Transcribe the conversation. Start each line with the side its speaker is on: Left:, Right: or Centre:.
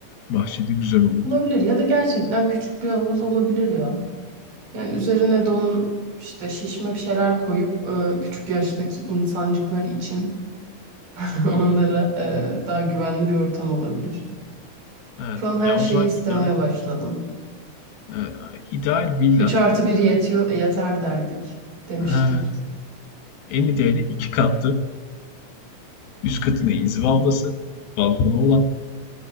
Left: bahçede güzel olurdu.
Right: Olabilir ya da gerçekten küçük bir havuz olabilir ya. Yani üzerine de onun işte şişme bir şeyler koyup e, küçük yaştaki insancıklar için <laughs> onlara e, daha güvenli bir ortam olabilir.
Left: Evet.
Right: Şu an her
Left: Ya
Right: şeyi
Left: o zaman
Right: istemeye
Left: ideal,
Right: başladım.
Left: evet, ideal villa.
Right: 3 artı bir yetiyor, yeter derdik demiştik.
Left: Evet. En ideali iki katlı. Üst katında inziva odası, balkonu olan.